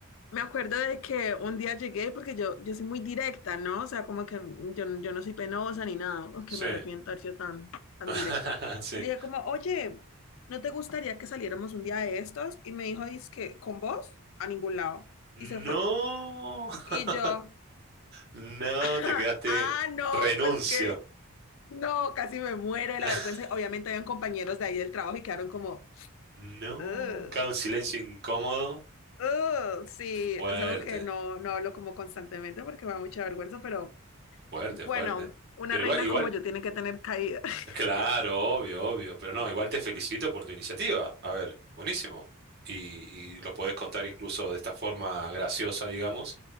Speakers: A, on the left; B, on the right.
A: Me acuerdo de que un día llegué porque yo, yo soy muy directa, ¿no? O sea, como que yo, no- yo no soy penosa ni nada, aunque
B: sí.
A: me arrepiento de haber sido tan, tan
B: <laughs>
A: directa.
B: Sí.
A: Y le dije como, oye, ¿no te gustaría que saliéramos un día de estos? Y me dijo, es que con vos a ningún lado.
B: No.
A: Y se fue.
B: <laughs>
A: Y yo,
B: No,
A: <laughs>
B: te quedaste.
A: ah, no,
B: Renuncio.
A: pues que, no, casi me muero de
B: <laughs>
A: la vergüenza. Obviamente habían compañeros de ahí del trabajo y quedaron como,
B: No.
A: "Ugh,
B: Cada un silencio incómodo.
A: ugh". sí,
B: Fuerte,
A: es algo que no, no hablo como constantemente porque me da mucha vergüenza, pero...
B: fuerte,
A: Bueno,
B: fuerte.
A: una
B: Pero
A: reina
B: igual, igual,
A: como yo tiene que tener caída. <laughs>
B: Claro, obvio, obvio, pero no, igual te felicito por tu iniciativa. A ver, buenísimo. Y, y lo podés contar incluso de esta forma graciosa, digamos.